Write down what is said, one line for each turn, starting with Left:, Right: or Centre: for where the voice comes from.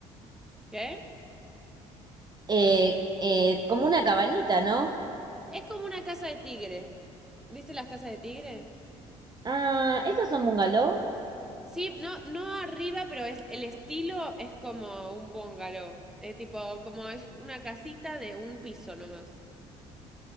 Centre: ¿Qué?
Right: Eh, eh, como una cabanita, ¿no?
Centre: Es como una casa de tigre. ¿Viste las casas de tigre?
Right: Ah, esos son bungalow?
Centre: Sí, no, no arriba, pero es, el estilo es como un bungalow. Es tipo, como es una casita de un piso nomás.